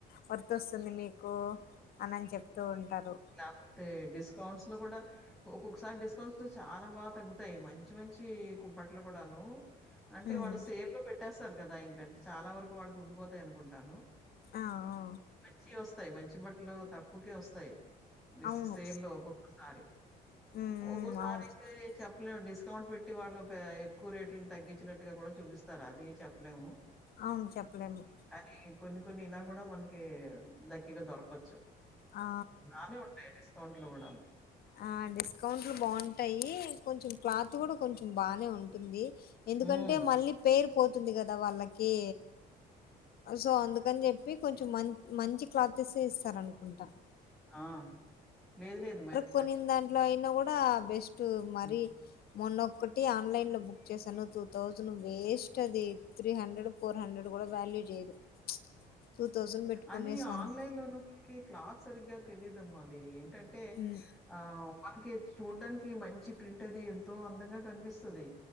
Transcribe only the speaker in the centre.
లేకపోతే డిస్కౌంట్స్ లో కూడా ఒక్కొక్కసారి డిస్కౌంట్స్ లో చాలా బాగా తగ్గుతుంది ఉంటాయి మంచి మంచి కూపన్లు కూడాను అంటే
వాళ్ళు సెల్లో పెట్టేస్తారు కదా ఇంకా చాలా వరకు ఇప్పటికీ ఉండిపోతాయి అనుకుంటున్నాను
మంచి వస్తాయి మంచి బట్టలు తక్కువకే వస్తాయి వస్తాయి బెస్ట్
సేల్ల్లో ఒక్కొక్కసారి
ఒక్కోసారి
అయితే చెప్పలేము డిస్కౌంట్ పెట్టొచ్చు ఇంటి వాళ్ళు ఎక్కువ రేట్లను తగ్గించినట్టుగా కూడా చూపిస్తారు అది చెప్పలేము
కానీ కొన్ని కొన్ని ఇలా కూడా మనకి లక్కీగా దొరకచ్చు
అవే ఉంటాయా డిస్కౌంట్ లో తోటలు కూడాను
హ్మ్.
ఆ లేదు లేదు మేడం
హ్మ్.
అదీ ఆన్లైన్లోను దొరికే క్లాత్ సరిగ్గా తెలీదమ్మా అవీ ఏంటంటే
ఆహ్ మనకి చూడ్డానికి మంచి ప్రింట్ అది ఎంతో అందంగా కన్పిస్తది.